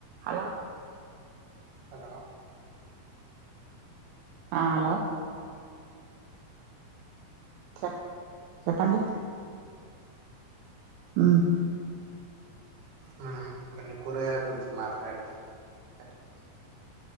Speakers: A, on the right; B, on the right.
A: హలో
B: హలో
A: హలో చెక్ చెప్పండి ఊ
B: మనం కొన్ని కూరగాయ గురించి మాట్లాడదం చెప్పన్